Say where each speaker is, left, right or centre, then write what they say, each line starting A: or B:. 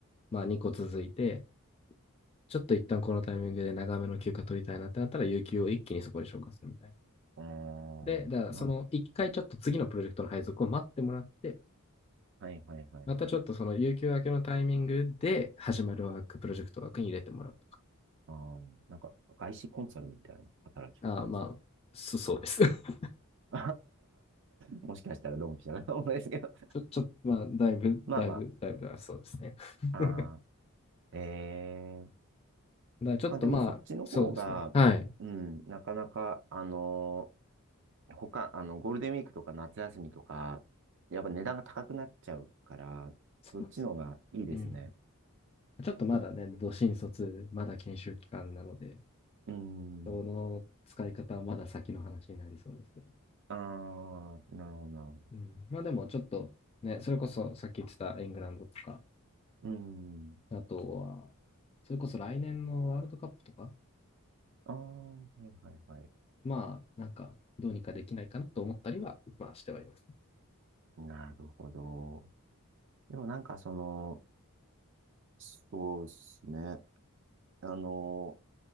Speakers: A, on the left; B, on the right.
A: まあ、2個続いて、ちょっと一旦このタイミングで長めの休暇取りたいなってなったら、有給を一気にそこで消化するみたいな。
B: うーん、
A: で、だからその1回ちょっと次のプロジェクトの配属を待ってもらって、
B: な、はいはいはいはい。
A: またちょっとその有給明けのタイミングで始まるワーク、プロジェクト枠に入れてもらうとか。
B: あー、なんか、外資コンサルみたいな働き方ですね。
A: あーまあ、そそうです。<laughs>
B: <laughs> もしかしたらドンピシャな <laughs> かもですけど
A: ちょ、ちょっと、まあ、だいぶ、
B: <laughs> まあまあ。
A: だいぶ、だいぶ、あそうですね。<laughs>
B: あ
A: だか
B: ーえー
A: らちょっとまあ、
B: まあでもそっちの方が、
A: そうですね。はい。
B: うん、なかなか、あのー他、あの、ゴールデンウィークとか夏休みとか、やっぱ値段が高くなっちゃうから、
A: そうなんですよ。
B: そっちの方がいいですね。
A: うん。ちょっとまだね、ど新卒、まだ研修期間なので、
B: うん。
A: その使い方はまだ先の話になりそうですけど。
B: ああ、なるほど、なるほど。
A: うん、まあでもちょっとね、それこそさっき言ってたイングランドとか、
B: うん。
A: あとは、それこそ来年のワールドカップとか、
B: ああ、はいはいはい。
A: まあなんかどうにかできないかなと思ったりは、まあしてはいます、ね
B: なるほど。でもなんかその、そうですね。あの、